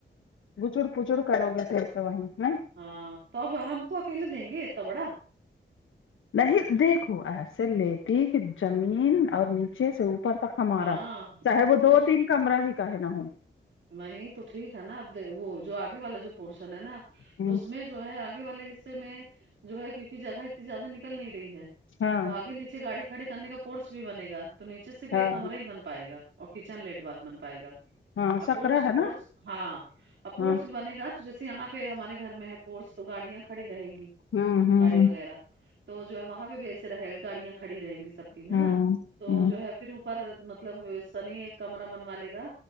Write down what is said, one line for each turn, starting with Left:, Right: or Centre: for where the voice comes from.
Left: گچڑ پچڑ کرو گے پھر سے وہیں نائی
Right: ہاں تو اب ہم کو اکیلے دیں گے اتنا بڑا
Left: نہیں دیکھو ایسے لیتی کہ زمین اور نیچے سے اپر تک ہمارا
Right: ہاں
Left: چاہے وہ
Right: تو
Left: دو تین کمرہ ہی کاہے نا ہو
Right: نہیں تو ٹھیک ہے نا اب وہ جو آگے والا جو پورشن ہے نا
Left: ہوں
Right: تو اس میں جو ہے آگے والے حصے میں جو ہے کیوکہ جگہ اتنی زیادہ نکل نہیں رہی ہے
Left: ہاں
Right: تو اگے نیچے گاڑی کھڑے کرنے کا پورس بھی بنے گا تو نیچے صرف
Left: ہاں
Right: ایک کمرہ ہی بن پائے گا اور کچن لیٹ بعد بن پائے گا
Left: ہاں
Right: اپورس
Left: سکرا ہے
Right: پس
Left: نا
Right: ہاں اپورس
Left: ہاں
Right: بنے گا جیسے یہاں پہ ہمارے گھر میں ہے پورس تو گاڑیاں کھڑی رہیں گی
Left: ہوں
Right: گاڑی
Left: ہ
Right: وغیرہ تو جو ہے وہاں پہ بھی ایسے رہے گا گاڑیاں کھڑی رہیں گی سب کی ہے
Left: ہ
Right: نا
Left: ہ
Right: تو جو ہے پھر اوپر مطلب سنی ایک کمرہ بنوا لے گا